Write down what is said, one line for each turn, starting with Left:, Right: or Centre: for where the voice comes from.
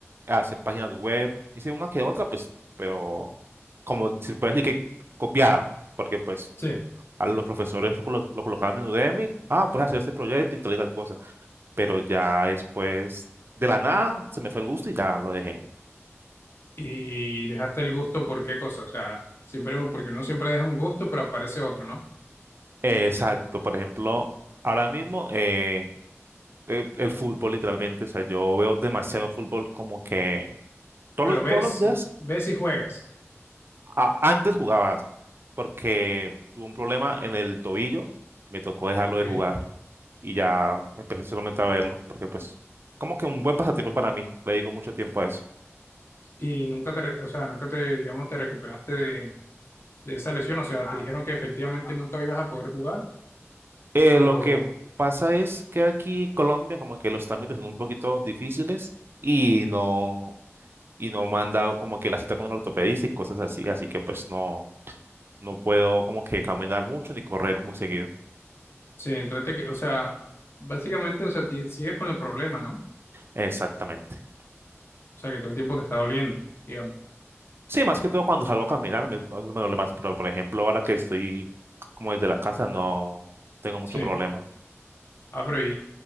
Right: hacer páginas web. Hice una que otra, pues, pero como se puede decir que copiada, porque pues
Left: sí.
Right: a los profesores lo, colo- lo colocaban en Udemy. Ah, pues hacer este proyecto y tal y tal cosa pero ya después de la nada se me fue el gusto y ya lo dejé.
Left: y dejaste el gusto por qué cosa, o sea, siempre porque uno siempre deja un gusto, pero aparece otro, ¿no?
Right: Eh, exacto, por ejemplo, ahora mismo eh, el, el fútbol literalmente, o sea, yo veo demasiado fútbol como que todos
Left: Pero
Right: los,
Left: ves,
Right: todos los días,
Left: ves y juegas,
Right: a- antes jugabas porque tuve un problema en el tobillo, me tocó dejarlo
Left: ¿ok?
Right: de jugar y ya empecé solamente a verlo porque pues como que un buen pasatiempo para mí, le dedico mucho tiempo a eso.
Left: Y nunca te, re- o sea, nunca te, digamos, te recuperaste de, de esa lesión, o sea, te dijeron que efectivamente nunca ibas a poder jugar,
Right: Eh,
Left: o,
Right: lo que pasa es que aquí en Colombia como que los trámites son un poquito difíciles y no, y no me han dado como que la cita con el ortopedista y cosas así, así que pues no, no puedo como que caminar mucho ni correr muy seguido.
Left: sí, entonces, te, que- o sea, básicamente, o sea, ti- sigues con el problema, ¿no?
Right: Exactamente.
Left: O sea, que todo el tiempo te está doliendo, digamos,
Right: Sí, más que todo cuando salgo a caminar me, me duele más, pero por ejemplo ahora que estoy como desde la casa no tengo mucho
Left: sí.
Right: problema.
Left: Ah, pero y,